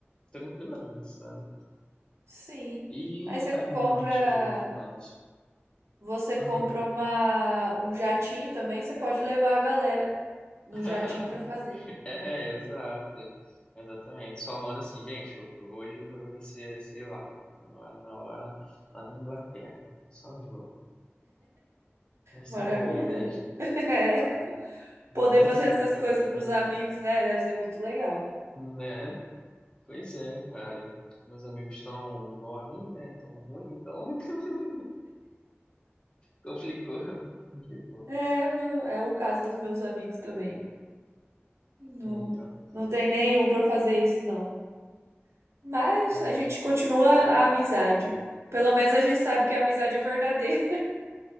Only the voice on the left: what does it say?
tranquilamente, sabe?
E,
ah,
deixa eu ver o que mais.
Uhum.
<laughs>
<laughs> É, exato. Exatamente. Só manda assim, gente, ho- hoje o rolê vai ser, sei lá, lá, na- lá, lá na Inglaterra. Eu só vou. Deve ser
bom, né, gente,
do
pai amado. Nossa,
cara,
imagina.
Né? Pois é, cara. Meus amigos estão igual a mim, né? Tão ruim, então <laughs> complicou. Complicou.
Aí, ó.
Uhum.
Pois
é,
cara.